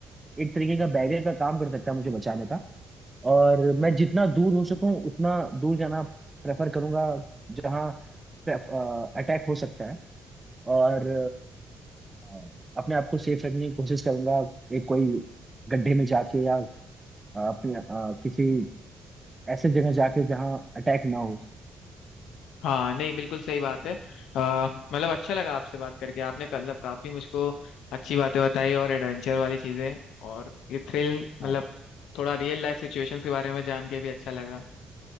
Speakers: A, on the right (about 20°); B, on the left (about 85°).
A: एक तरीके का बैरियर का काम कर सकता है मुझे बचाने का और मैं जितना दूर हो सकूं उतना दूर जाना प्रेफर करूंगा जहां अटैक हो सकता है और अ, अपने आप को सेफ रखने की कोशिश करूंगा एक कोई गड्ढे में जाके या अ, अपने अ, किसी ऐसे जगह जाके जहां अटैक ना हो
B: हाँ नहीं बिल्कुल सही बात है अ, मतलब अच्छा लगा आपसे बात करके आपने मतलब काफी मुझको अच्छी बातें बताई और एडवेंचर वाली चीजें और ये थ्रिल मतलब
A: हाँ हाँ
B: थोड़ा रियल लाइफ सिचुएशंस के बारे में जान के भी अच्छा लगा